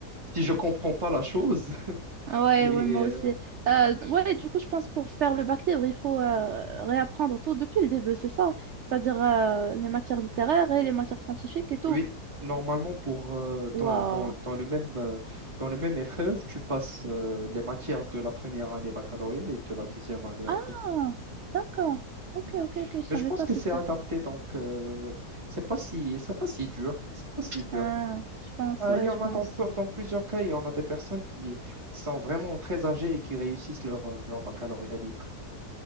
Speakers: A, on the right; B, on the right.
A: si je comprends pas la chose. <laughs>
B: ah ouais,
A: Et
B: ouais, moi
A: euh,
B: aussi. Euh, ouais, du coup, je pense pour faire le bac libre, il faut euh, réapprendre tout depuis le début, c'est ça? C'est-à-dire euh, les matières littéraires et les matières scientifiques et tout.
A: Oui, normalement pour euh, dans,
B: Waouh.
A: dans, dans le même euh, dans le même épreuve, tu passes euh, les matières de la première année baccalauréat et de la deuxième année après.
B: Ah, d'accord. Ok,
A: Mhm.
B: ok, ok, je savais
A: Mais je pense
B: pas
A: que
B: ce
A: c'est
B: truc.
A: adapté, donc euh, c'est pas si c'est pas si dur, c'est pas si dur.
B: Ah, je pense,
A: Euh,
B: ouais,
A: il y en
B: je pense.
A: a dans, peu- dans plusieurs cas, il y en a des personnes qui sont vraiment très âgées et qui réussissent leur euh, leur baccalauréat libre.